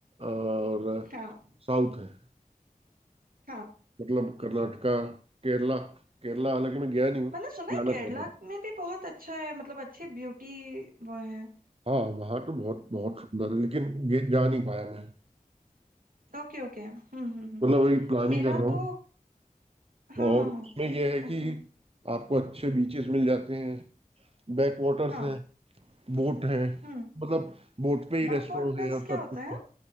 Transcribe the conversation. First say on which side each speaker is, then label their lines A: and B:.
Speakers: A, on the right (about 40°); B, on the right (about 75°).
A: और
B: हाँ
A: साउथ है
B: हाँ
A: मतलब कर्नाटका केरला केरला हालांकि मैं गया नहीं हूँ
B: मैंने सुना
A: जाना
B: है केरला
A: चाहता हूँ
B: में भी बहुत अच्छा है मतलब अच्छे ब्यूटी वो है
A: हाँ वहां तो बहुत बहुत सुंदर है लेकिन गे- जा नहीं पाया मैं
B: Okay okay हम्म हम्म हम्म
A: मतलब वही प्लान
B: मेरा
A: ही कर रहा हूँ
B: तो हाँ
A: और
B: हाँ
A: उसमें
B: हाँ
A: यह है कि
B: ओके
A: आपको अच्छे बीचेस मिल जाते हैं बैक वाटर्स
B: हाँ
A: हैं बोट है
B: हम्म
A: मतलब बोट पे ही
B: बैक
A: रेस्टोरेंट
B: वाटर्स
A: है और सब
B: क्या होता
A: कुछ
B: है